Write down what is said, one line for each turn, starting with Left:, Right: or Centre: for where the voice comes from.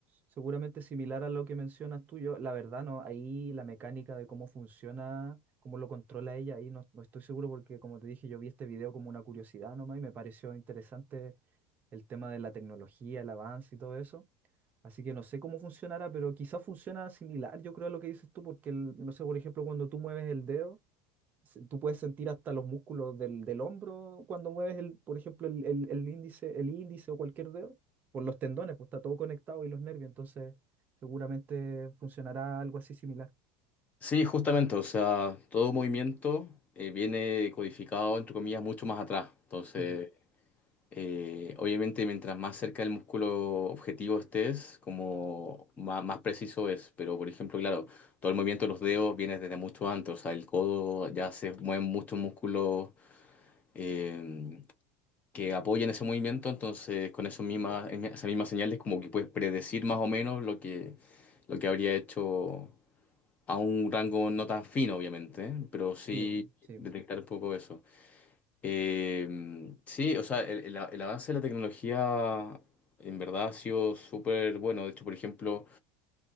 Right: seguramente similar a lo que mencionas tú, yo, la verdad no, ahí la mecánica de cómo funciona, cómo lo controla ella, ahí no, no estoy seguro porque como te dije, yo vi este video como una curiosidad nomás y me pareció interesante el tema de la tecnología, el avance y todo eso. Así que no sé cómo funcionará, pero quizás funciona similar, yo creo, a lo que dices tú, porque el- no sé, por ejemplo, cuando tú mueves el dedo se- Tú puedes sentir hasta los músculos del, del hombro cuando mueves, el, por ejemplo, el, el- el índice, el índice o cualquier dedo, por los tendones, pues está todo conectado y los nervios, entonces seguramente funcionará algo así similar.
Left: Sí, justamente, o sea, todo movimiento eh, viene codificado, entre comillas, mucho más atrás. Entonces,
Right: Mm.
Left: eh, obviamente, mientras más cerca del músculo objetivo estés, como má- más, preciso es. Pero, por ejemplo, claro, todo el movimiento de los dedos viene desde mucho antes, o sea, el codo ya se mueven muchos músculos eh, que apoyan ese movimiento, entonces con eso misma, esas mismas señales como que puedes predecir más o menos lo que, lo que habría hecho a un rango no tan fino, obviamente, ¿eh? pero sí
Right: Sí, bu, sí.
Left: detectar un poco eso. Eh, sí, o sea, el, el- el avance de la tecnología en verdad ha sido súper bueno. De hecho, por ejemplo,